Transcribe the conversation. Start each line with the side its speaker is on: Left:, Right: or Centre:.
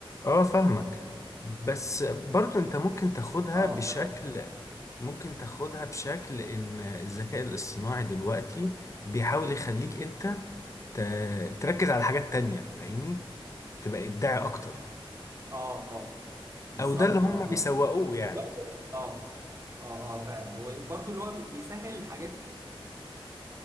Left: اه فاهمك بس برضو انت ممكن تاخدها
Right: اه
Left: بشكل
Right: ف
Left: ممكن تاخدها بشكل ان الذكاء الاصطناعي دلوقتي بيحاول يخليك انت ت- تركز على حاجات تانية فاهمني تبقى ابداعي اكتر
Right: اه اه بالظبط
Left: او ده اللي هم
Right: اه
Left: بيسوقوه
Right: اه
Left: يعني
Right: وبرضه اه اه اه فعلا وبرضه اللي هو بي- بيسهل حاجات